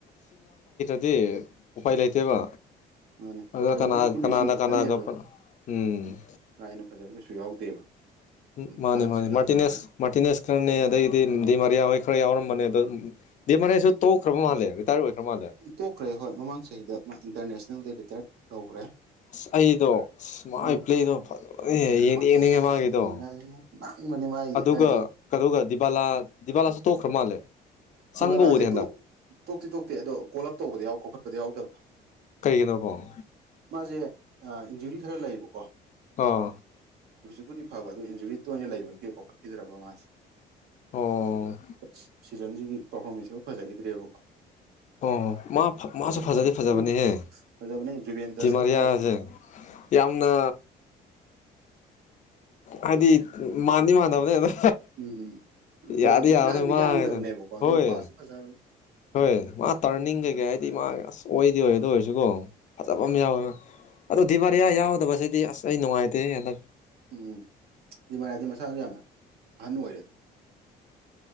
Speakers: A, on the left; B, on the right.
A: ꯑꯗꯨꯗꯤ ꯎꯄꯥꯏ ꯂꯩꯇꯦꯕ
B: ꯃꯥꯅꯦ
A: ꯑꯗꯨ
B: ꯑꯥꯔꯖꯦꯟꯇꯤꯅꯥꯗꯤ
A: ꯀꯅꯥ ꯀꯅꯥꯅ
B: ꯃꯦꯁꯤ ꯈꯛꯇꯅꯦꯕ
A: ꯀꯅꯥꯒ ꯎꯝ
B: ꯀꯥ ꯍꯦꯟꯅ ꯐꯖꯕ ꯀꯩꯁꯨ ꯌꯥꯎꯗꯦꯕ
A: ꯎ
B: ꯅꯥꯟꯅ
A: ꯃꯥꯅꯦ ꯃꯥꯅꯦ
B: ꯁꯤꯜꯂꯛꯄꯅꯤꯅ
A: ꯃꯥꯔꯇꯤꯅꯦꯁ ꯃꯥꯔꯇꯤꯅꯦꯁ ꯈꯔꯅꯦ ꯑꯗꯩꯗꯤ
B: ꯎꯝ
A: ꯗꯤꯃꯥꯔꯤꯌꯥ ꯍꯣꯏ ꯈꯔ ꯌꯥꯎꯔꯝꯕꯅꯦ ꯑꯗꯣ ꯗꯗꯤ ꯃꯦꯁꯨ ꯇꯧꯈ꯭ꯔꯕ ꯃꯥꯜꯂꯦ ꯔꯤꯇꯥꯌꯔ ꯑꯣꯏꯈ꯭ꯔ ꯃꯥꯜꯂꯦ
B: ꯇꯣꯛꯈ꯭ꯔꯦ ꯍꯣꯏ ꯃꯃꯥꯡ ꯆꯍꯤꯍꯤꯗ ꯃꯥ ꯏꯟꯇꯔꯅꯦꯁꯅꯦꯜꯒꯤ ꯔꯤꯇꯥꯌꯔꯠ ꯇꯧꯈ꯭ꯔꯦ
A: ꯑꯁ ꯑꯩꯗꯣ ꯑꯁ ꯃꯥꯏ
B: ꯎꯝ
A: ꯄ꯭ꯂꯦꯗꯣ ꯐꯖꯅ ꯌꯦꯡ
B: ꯅꯥꯟꯕꯅꯦ
A: ꯌꯦꯡꯅꯤꯡꯉꯦ ꯃꯥꯒꯤꯗꯣ
B: ꯃꯥꯒꯤꯗꯤ
A: ꯑꯗꯨꯒ
B: ꯀꯥꯏꯗꯩ
A: ꯀꯩꯅ ꯗꯤꯕꯥꯂꯥ ꯗꯤꯕꯥꯂꯥꯁꯨ ꯇꯣꯛꯈ꯭ꯔ ꯃꯥꯜꯂꯦ
B: ꯗꯤꯚꯂꯥꯁꯦ
A: ꯆꯪꯕ ꯎꯗꯦ ꯍꯟꯗꯛ
B: ꯇꯣꯛꯇꯤ ꯇꯣꯛꯇꯦ ꯑꯗꯣ <unintelligible>
A: ꯀꯩꯒꯤꯅꯣꯀꯣ
B: ꯈꯔ ꯂꯩꯕꯀꯣ
A: ꯑꯣ
B: ꯕꯨꯗꯤ ꯐꯕ ꯑꯗꯨ ꯏꯟꯖꯨꯔꯤ ꯇ ꯑꯣꯏꯅ ꯂꯩꯕꯒꯤ ꯀꯣꯛꯈꯠꯈꯤꯗ꯭ꯔꯕ ꯃꯥꯁꯦ
A: ꯑꯣ
B: ꯑꯁ ꯁꯤꯖꯟꯁꯤꯒꯤ ꯄꯥꯔꯐꯣꯔꯃꯦꯟꯁꯁꯤꯃ ꯐꯖꯈꯤꯗ꯭ꯔꯦꯕꯀꯣ
A: ꯑꯣ ꯍꯣ ꯃꯥꯁꯨ ꯐꯖꯗꯤ ꯐꯖꯕꯅꯤꯍꯦ
B: ꯎꯝ ꯐꯖꯕꯅꯦ ꯖꯨꯕꯦꯟꯇꯁꯇ
A: ꯃꯔꯤꯌꯥꯁꯦ
B: ꯀꯗꯥꯏꯗꯩꯅꯣ
A: ꯌꯥꯝ ꯌꯥꯝꯅ ꯍꯥꯏꯗꯤ ꯃꯥꯟꯗꯤ ꯃꯥꯟꯗꯕꯅꯦꯗ
B: ꯎꯝ ꯕꯣꯜꯗꯤ
A: ꯌꯥꯗ ꯌꯥꯅꯤ
B: ꯌꯥꯡꯗꯤ
A: ꯃꯥꯉꯅꯦ
B: ꯌꯥꯡꯗꯕꯅꯦꯕꯀꯣ ꯑꯗꯨꯒ
A: ꯍꯣꯏ
B: ꯄꯥꯁꯇꯤ ꯐꯖꯕꯅꯦ
A: ꯍꯣꯏ ꯃꯥ ꯇꯥꯔꯅꯤꯡ ꯀꯩꯀꯩ ꯍꯥꯏꯗꯤ ꯃꯥ ꯑꯁ ꯑꯣꯏꯗꯤ ꯑꯣꯏꯗ ꯑꯣꯏꯔꯁꯨ ꯀꯣ ꯐꯖꯕ ꯑꯃ ꯌꯥꯎꯋꯦ ꯑꯗꯨꯣ ꯗꯤꯚꯔꯤꯌꯥ ꯌꯥꯎꯗꯕꯁꯤꯗꯤ ꯑꯁ ꯑꯩ ꯅꯨꯡꯉꯥꯏꯇꯦ ꯍꯟꯗꯛ
B: ꯎꯝ ꯑꯗꯨꯗꯤ ꯃꯔꯥꯗꯤ ꯃꯁꯥꯁꯨ ꯌꯥꯝꯅ ꯑꯍꯟ ꯑꯣꯏꯔꯦꯗ